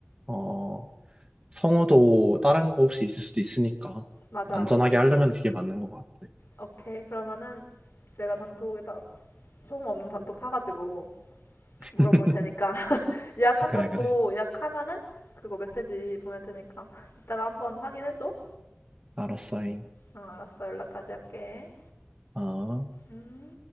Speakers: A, on the right (about 25°); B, on the left (about 80°).
A: 어 성우도 다른 거 혹시 있을 수도 있으니까
B: 맞아,
A: 안전하게
B: 맞아.
A: 하려면 그게 맞는 것 같아.
B: 오케이. 그러면은 내가 단톡에다 소음 없는 단톡 파가지고
A: <laughs>
B: 물어볼 테니까. 예약한
A: 그래
B: 것도
A: 그래.
B: 예약하면은 그거 메시지 보낼 테니까 이따가 한번 확인해줘. 어,
A: 알았어잉.
B: 알았어. 연락 다시 할게.
A: 어.
B: 음.